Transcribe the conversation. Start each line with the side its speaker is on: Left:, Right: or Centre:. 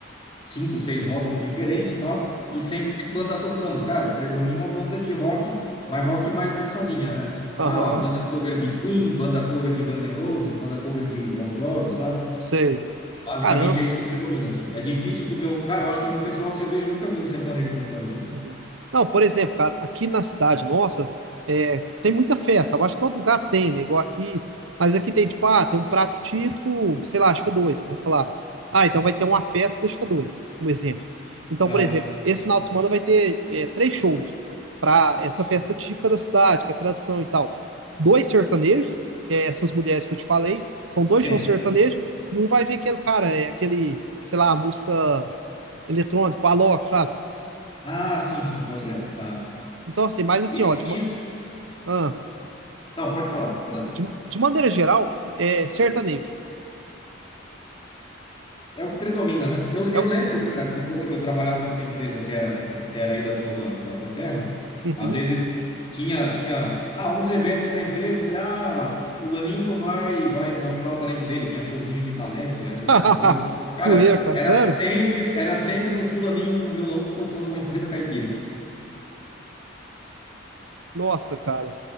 Left: cinco, seis rótulos diferentes e tal, e sempre tem banda tocando. Cara, predomina a banda de rock, mas rock mais nessa linha, né?
Right: Aham,
Left: Ah, a banda cover de Queen, banda cover de Guns N' Roses, banda cover de Bon Jovi, sabe?
Right: sei.
Left: Basicamente
Right: Caramba.
Left: é isso que predomina, assim. É difícil
Right: Uhum,
Left: tu ver um. Cara, eu acho que no festival de cerveja eu nunca vi um sertanejo tocando aqui.
Right: uhum. Não, por exemplo, cara, aqui na cidade nossa, é, tem muita festa. Eu acho que todo lugar tem, né? Igual aqui. Mas aqui tem, tipo, ah, tem um prato típico, sei lá, Chica Doida, vamos falar. Ah, então vai ter uma festa da Chica Doida, um exemplo. Então,
Left: Aham.
Right: por exemplo, esse final de semana vai ter é, três shows pra essa festa típica da cidade, que é tradição e tal. Dois sertanejos, que é essas mulheres que eu te falei, são dois
Left: Sim.
Right: shows sertanejos, e um vai ver aquele cara, é aquele, sei lá, a música. eletrônico, Alok, sabe?
Left: Ah, sim, sim, pode crer. Aham.
Right: Então, assim, mas assim,
Left: Isso,
Right: ó, de,
Left: isso.
Right: ma- ah,
Left: Não, pode falar, perdão.
Right: de, de maneira geral, é sertanejo.
Left: É o que predomina, né? Eu, eu
Right: É o.
Left: lembro, cara, que como eu trabalhava para uma empresa que era, eh, que era aí da tua, da tua terra,
Right: Uhum.
Left: às vezes tinha, tinha ah, uns eventos da empresa, de, ah, fulaninho vai, vai mostrar o talento dele, tinha showzinho de talento, eh, esse
Right: <laughs>
Left: tipo de coisa. Cara,
Right: Zoeira, cara,
Left: era
Right: sério?
Left: sempre, era sempre um fulaninho com violão tocando alguma coisa caipira.
Right: Nossa, cara.